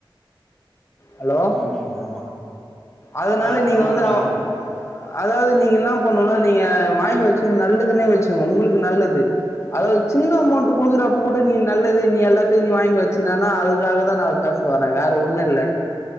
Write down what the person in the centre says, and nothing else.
ம் ம் ஆமா
ஆ
ஆமா
ப்ரோ
ஆமா ப்ரோ